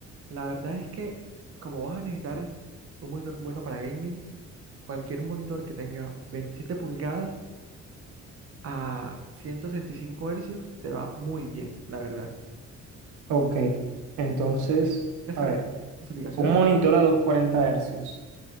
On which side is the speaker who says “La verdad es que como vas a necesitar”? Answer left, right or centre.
Right